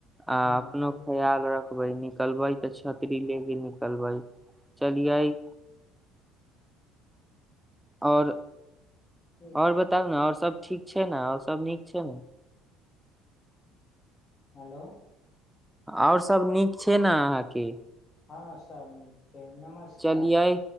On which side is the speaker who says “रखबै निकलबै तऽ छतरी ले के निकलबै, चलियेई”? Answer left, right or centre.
Centre